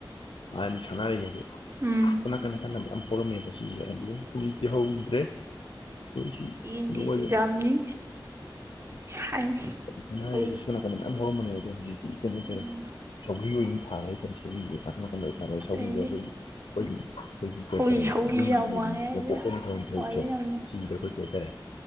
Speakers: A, on the left (about 80°); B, on the right (about 30°).
A: ꯍꯥꯟꯅꯗꯤ ꯁꯥꯟꯅꯔꯩ ꯁꯦ
B: ꯎꯝ
A: ꯁꯣꯝ ꯅꯥꯀꯟ ꯅꯥꯀꯟ ꯃꯌꯥꯝ ꯍꯧꯕꯅꯤ ꯍꯧꯔꯝꯃꯦꯕ ꯁꯤꯁꯦ ꯑꯗꯨ ꯍꯧꯖꯤꯛꯇꯤ ꯍꯧꯈꯤꯗ꯭ꯔꯦ ꯁꯤ
B: ꯍꯌꯦꯡꯗꯤ
A: ꯀꯩꯅꯣꯒꯁꯦ
B: ꯑꯦꯛꯖꯥꯝꯅꯤ ꯁꯥꯏꯟꯁ
A: ꯁꯥꯅꯥꯔꯩꯀꯗꯤ
B: ꯊꯣꯛꯏ
A: ꯁꯣꯝ ꯅꯀꯟꯗ ꯃꯌꯥꯝ ꯍꯧꯔꯝꯕꯅꯤ ꯑꯗꯨ ꯍꯧꯖꯤꯛ ꯀꯩꯅꯣ ꯇꯇꯥꯔꯦ
B: ꯎꯝ
A: ꯁꯧꯒ꯭ꯔꯤ ꯑꯣꯏꯅ ꯊꯥꯔꯦ ꯍꯥꯏꯇꯥꯔꯦ ꯁꯧꯒ꯭ꯁꯦ ꯀ ꯀꯟꯗ ꯐꯥꯔꯦ ꯁꯧꯒ꯭ꯁꯦ
B: ꯑꯗꯩꯗꯤ
A: ꯑꯩꯈꯣꯏꯒꯤ ꯑꯩꯈꯣꯏꯒꯤ ꯑꯩꯈꯣꯏꯒꯤ ꯀꯩ ꯍꯥꯏꯇꯥꯔꯦ
B: ꯎꯏ ꯁꯧꯔꯤ
A: ꯌꯨꯝ
B: ꯌꯥꯝ
A: ꯅꯣꯡꯄꯣꯛ
B: ꯋꯥꯡꯉꯦ ꯑꯩꯗꯤ
A: ꯊꯪꯕ ꯁꯔꯨꯛꯁꯦ
B: ꯋꯥꯏꯗ ꯌꯥꯝꯅ
A: ꯁꯤꯁꯤꯗ ꯑꯩꯈꯣꯏ ꯀꯩ ꯍꯥꯏ ꯇꯥꯔꯦ